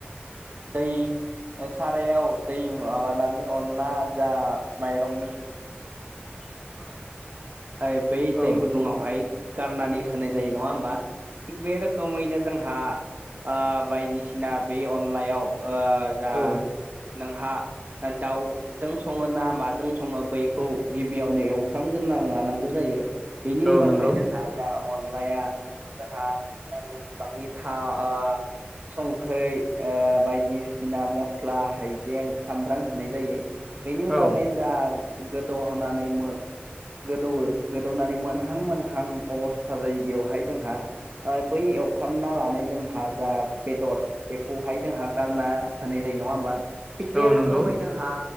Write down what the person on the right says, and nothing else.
दै सारायाव दै माबानानै अनला जा माइरंनि
आ बै दै
गुदुंहाय गारनानै होनाय जायो नङा होमबा? थिग बे रोखोमैनो जोंहा ओ बायदिसिना बे अनलायाव ओ जा
नोंहा दाउजों सङोना माजों सङो बैखौ गिबियावनो एवफ्राम गोरना लानांगौ जायो। बेनि
उनावहाय
जोंहा जा अनलाया जोंहा <unintelligible> थाव ओ संख्रि ओ बायदिसिना मस्ला, हायजें, सामब्राम होनाय जायो। बेनि उनावहाय
जा गोदौ होनानै मो गोदौवो गोदौनानै मोनहां मोनहां अबस्था जायो बेवहाय जोंहा ओ बै एवफ्रामना लानाय जोंहा जा बेदर बेखौहाय जोंहा गारना होनाय जायो नङा होमबा? थिग बे
रोखोमै
जोंहा